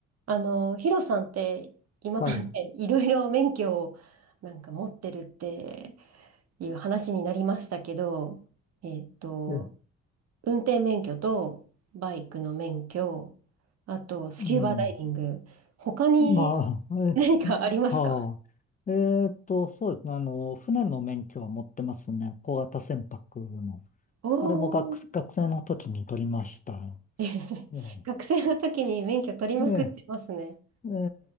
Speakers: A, on the right; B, on the left.
A: あの、ヒロさんって今までいろいろ免許をなんか持ってるって
B: はい。
A: いう話になりましたけど、えっと、
B: え、
A: 運転免許とバイクの免許、あとスキューバダイビング、
B: うん。
A: 他に
B: まあ、え、
A: 何かありますか
B: はあ。えっと、そうですね。あの、船の免許は持ってますね。小型船舶の。
A: お
B: あれも学、
A: ー、
B: 学生の時に取りました
A: <laughs> えへへ学生の時に免許取りまくってますね。
B: よ。ええ、え